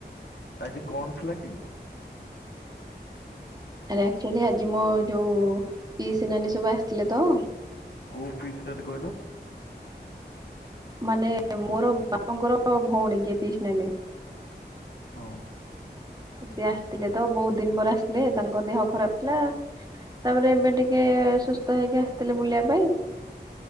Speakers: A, on the left; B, on the right.
A: ଆଜି କଣ ଥିଲା କି?
B: ଆରେ ଆକ୍ଚୁଆଲି ଆଜି ମୋ ଯୋଉ ପିଇସି ନାନୀ ସବୁ ଆସିଥିଲେ ତ
A: କୋଉ ପିସି ନାନୀ କହିଲ?
B: ମାନେ ମୋର ବାପାଙ୍କର ଭଉଣୀ ଯିଏ ପିସି ନାନୀ।
A: ହଁ।
B: ସିଏ ଆସିଥିଲେ ତ ବହୁତ ଦିନ ପରେ ଆସିଲେ। ତାଙ୍କ ଦେହ ଖରାପ ଥିଲା ତାପରେ ଏବେ ଟିକେ ସୁସ୍ଥ ହେଇକି ଆସିଥିଲେ ବୁଲିବା ପାଇଁ